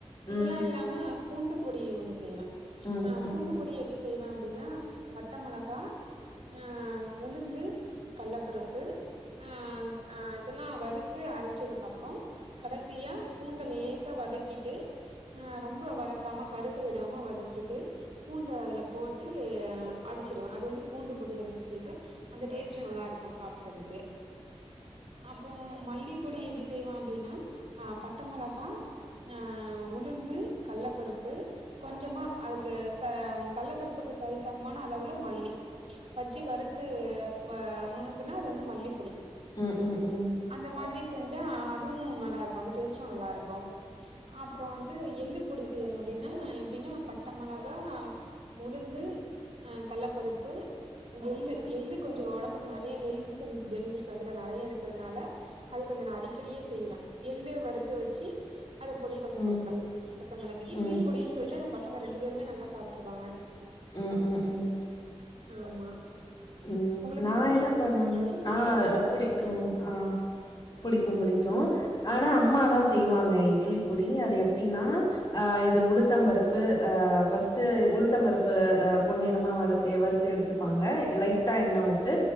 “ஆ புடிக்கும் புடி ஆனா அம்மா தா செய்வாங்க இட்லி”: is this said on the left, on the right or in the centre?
Left